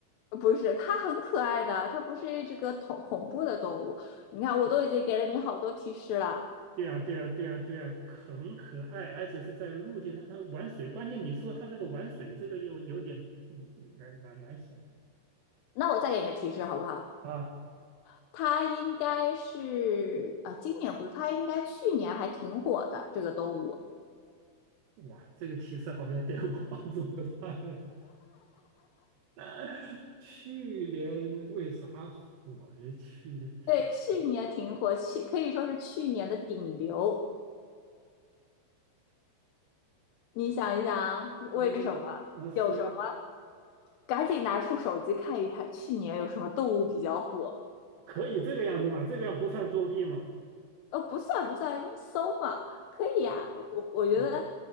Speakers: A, on the left (about 75°); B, on the right (about 70°).
A: 不是，它很可爱的，它不是这个恐恐怖的动物。你看，我都已经给了你好多提示了，
B: 对啊，对啊，对啊，对啊，很可爱，而且是在陆地上它玩水。关键你说它这个玩水，这个又有点嗯难难难想
A: 那我再给你个提示好不好？
B: 啊！
A: 它应该是啊，今年不是，它应该去年还挺火的这个动物。
B: 哇，这个提示好像对我帮助不大。<laughs> 去年为啥火了？去年
A: 对，去年挺火，去可以说是去年的顶流。你想一想，
B: 那那那那说
A: 为什么？有什么？赶紧拿出手机看一看，去年有什么动物比较火？
B: 可以这个样子嘛？这个样不算作弊嘛？
A: 呃，不算不算，搜嘛，可以呀、
B: 啊。
A: 我我觉得，
B: 嗯